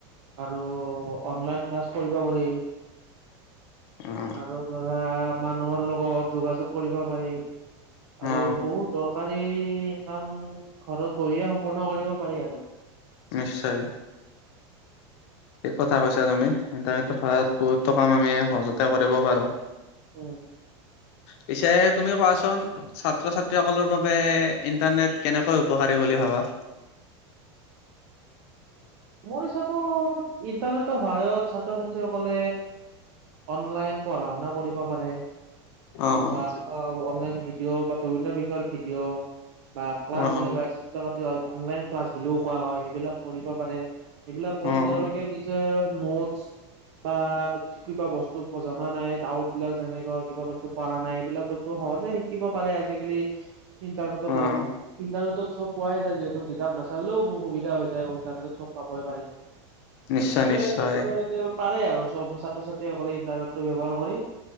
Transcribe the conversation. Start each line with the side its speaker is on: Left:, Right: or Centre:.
Right: আৰু অনলাইন ক্লাছ কৰিব পাৰি
Left: অ
Right: আৰু ধৰা মানুহৰ লগত যোগাযোগ কৰিব পাৰি আৰু
Left: অ
Right: বহুত দৰকাৰী কাম ঘৰত বহিয়ে সম্পূৰ্ণ কৰিব পাৰি আৰু
Left: নিশ্চয় থিক কথা কৈছা তুমি ইণ্টাৰনেটৰ সহায়ত
Right: অ'।
Left: বহুতো কাম আমি সহজতে কৰিব পাৰো।
Right: উম
Left: পিছে তুমি কোৱাচোন ছাত্ৰ ছাত্ৰী সকলৰ বাবে ইণ্টাৰনেট কেনেকৈ উপকাৰী বুলি ভাবা
Right: মোৰ হিচাপত ইন্টাৰনেটৰ সহায়ত ছাত্ৰ ছাত্ৰীসকলে অনলাইন পঢ়া শুনা কৰিব পাৰে
Left: অ',
Right: বা অনলাইন ভিডিঅ' বা বিভিন্ন বিষয়ৰ ভিডিঅ' বা ক্লাছ
Left: অ', অ',
Right: বোলে অনলাইন ক্লাছ বুলিও কোৱা হয় সেইবিলাক কৰিব পাৰে এইবিলাক কৰি
Left: অ',
Right: তেওঁলোকে নিজে নোটছ বা কিবা বস্তু জনা নাই, ডাউত বিলাক যেনেকুৱা কিবা বস্তু পাৰা নাই এইবিলাক বস্তু সহজে শিকিব পাৰে আজিকালি ইণ্টাৰনেটৰ
Left: অ',
Right: দ্বাৰা, ইণ্টাৰনেটত চব পোৱাই যায় যিহেতু কিতাপ নাচালেও বহু বি হৈ যায়, ইণ্টাৰনেটত চব পাবই পাৰি,
Left: নিশ্চয়
Right: আচলতে
Left: নিশ্চয়।
Right: তেওঁলোকে আহিলেও পাৰে আৰু চব ছাত্ৰ ছাত্ৰীসকলে ইন্টাৰনেটটো ব্যৱহাৰ কৰি,